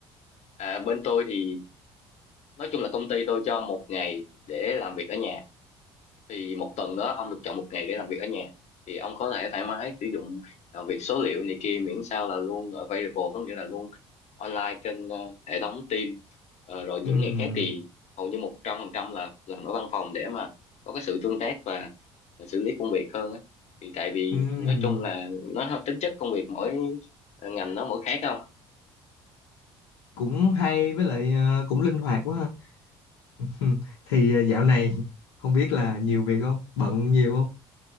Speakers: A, on the left; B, on the left.
A: À, bên tôi thì nói chung là công ty tôi cho một ngày để làm việc ở nhà thì một tuần đó ông được chọn một ngày để làm việc ở nhà thì ông có thể thoải mái sử dụng làm việc số liệu này kia miễn sao là luôn available có nghĩa là luôn online trên ờ, hệ thống Teams Ờ, rồi những
B: Ừm,
A: ngày khác thì hầu như một trăm phần trăm là làm ở văn phòng để mà có cái sự tương tác và ờ, xử lý công việc hơn á thì tại vì
B: ừm,
A: nói chung là nó tính chất công việc mỗi ờ, ngành nó mỗi khác không
B: cũng hay với lại à, cũng linh hoạt quá ha Ừ, thì à, dạo này không biết là nhiều việc không bận nhiều không